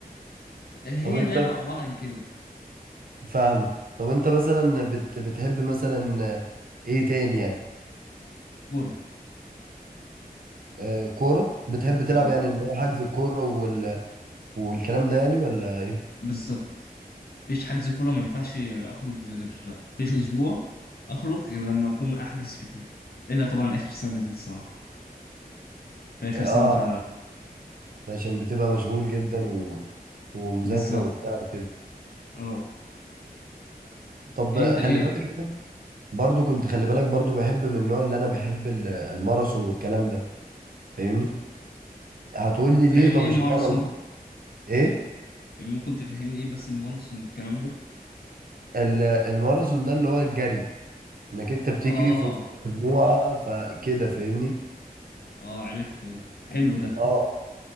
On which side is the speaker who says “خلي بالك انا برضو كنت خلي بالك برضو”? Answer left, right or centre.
Right